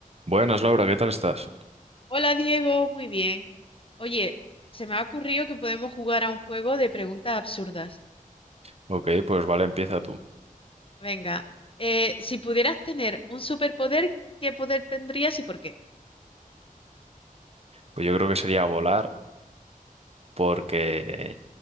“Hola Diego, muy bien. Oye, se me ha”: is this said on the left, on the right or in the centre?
Left